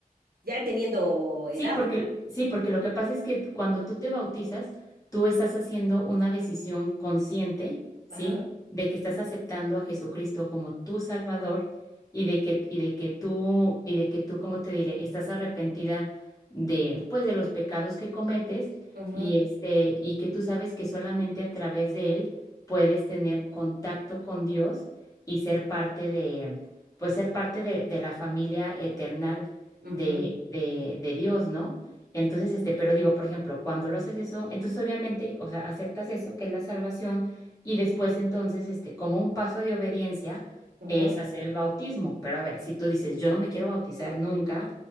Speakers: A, on the right; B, on the left.
A: ya teniendo edad,
B: Sí, porque,
A: ¿no?
B: sí, porque lo que pasa es que cuando tú te bautizas, tú estás haciendo una decisión consciente, ¿sí?
A: Ajá.
B: De que estás aceptando a Jesucristo como tu Salvador y de que, y de que tú, y de que tú, como te diré, estás arrepentida de, pues, de los pecados que cometes
A: ujú,
B: y este, y que tú sabes que solamente a través de Él puedes tener contacto con Dios y ser parte de, pues, ser parte de, de la familia eterna
A: ujú,
B: de, de, de Dios, ¿no? Entonces, este, pero digo, por ejemplo, cuando lo haces eso, entonces obviamente, o sea, aceptas eso, que es la salvación, y después entonces, este, como un paso de obediencia,
A: ujú,
B: es hacer el bautismo. Pero a ver, si tú dices, yo no me quiero bautizar nunca,